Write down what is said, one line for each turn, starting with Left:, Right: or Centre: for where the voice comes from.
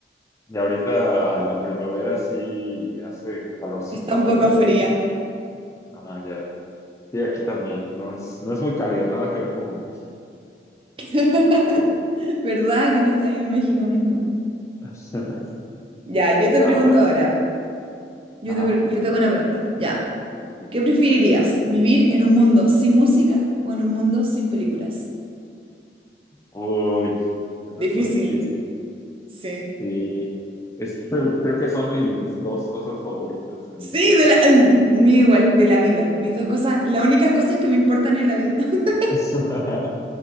Left: Y ahorita la primavera sí hace calorcito
Right: Está un
Left: allá,
Right: poco fría,
Left: sí. Ah, ya. Sí, aquí también. No es, no es muy cálido, nada que ver como en México.
Right: <laughs> ¿verdad? Que no está ahí en México mismo.
Left: <laughs>
Right: Ya, yo te
Left: Y ahora,
Right: pregunto ahora. Yo
Left: ajá.
Right: te, pre- yo te hago una pregunta. Ya.
Left: Ok.
Right: ¿Qué preferirías? ¿Vivir en un mundo sin música o en un mundo sin películas?
Left: Uy, eso
Right: Difícil,
Left: está difícil.
Right: sí.
Left: Sí. Es- <laughs> creo que son mis dos cosas favoritas en
Right: Sí,
Left: la vida.
Right: de la... mm, Mío igual, de la vida. Mis dos cosas, las únicas cosas que me importan en la vida. <laughs>
Left: Ajá.